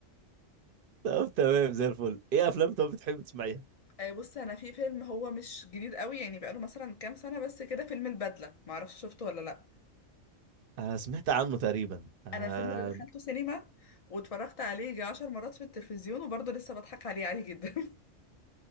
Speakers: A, on the right; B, on the left.
A: طب تمام زي الفل ايه افلام طب بتحب تسمعيها
B: آه، بص انا في فيلم هو مش جديد قوي يعني بقاله مثلا كام سنه بس كده فيلم البدله معرفش شفته ولا لا
A: آه سمعت عنه تقريبا آه
B: انا الفيلم ده دخلته سينما واتفرجت عليه يجي عشر مرات في التلفزيون وبرضه لسه بضحك عليه عادي جدا <laughs>